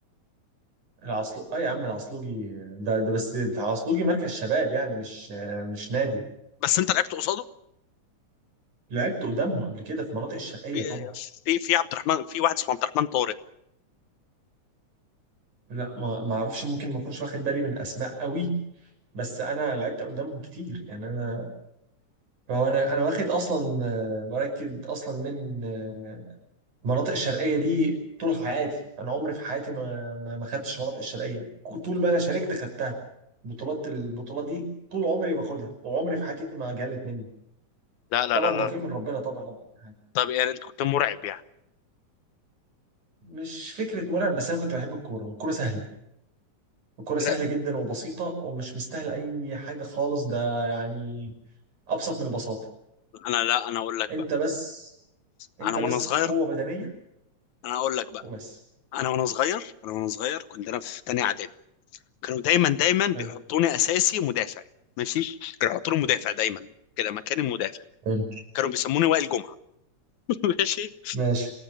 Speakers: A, on the right; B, on the left.
A: العصلو اه يا عم العصلوجي ده, ده بس في عصلوجي مركز شباب يعني مش مش نادي
B: بس انت لعبت قصاده
A: لعبت قدامهم قبل كده في مناطق الشرقية
B: في
A: طبعا
B: في في عبد الرحمن في واحد اسمه عبد الرحمن طارق
A: لا ما ما اعرفش ممكن ما اكونش واخد بالي من الاسماء قوي بس انا لعبت قدامهم كتير يعني انا هو انا انا واخد اصلا آه، مراكد اصلا من آه، المناطق الشرقية دي طول حياتي انا عمري في حياتي ما ما ما خدتش مناطق الشرقية طول ما انا شاركت خدتها بطولات البطولة دي طول عمري باخدها وعمري في حياتي ما جلت مني
B: لا لا
A: طبعا
B: لا لا
A: توفيق من ربنا طبعا قبل أي حاجة.
B: طب يعني انت كنت مرعب يعني
A: مش فكرة مرعب بس أنا كنت بحب الكورة والكورة سهلة الكورة
B: لا
A: سهلة جدا وبسيطة ومش مستاهلة أي حاجة خالص ده يعني أبسط من البساطة
B: انا لا انا اقول لك
A: أنت
B: بقى
A: بس أنت
B: انا وانا
A: بس
B: صغير
A: قوة بدنية
B: انا اقول لك بقى
A: وبس
B: انا وانا صغير انا وانا صغير كنت انا في تانية اعدادي كانوا دايما دايما بيحطوني
A: حلو
B: اساسي مدافع ماشي كانوا يحطوني مدافع دايما كده مكان المدافع
A: حلو
B: كانوا بيسموني وائل جمعة <laughs> ماشي
A: ماشي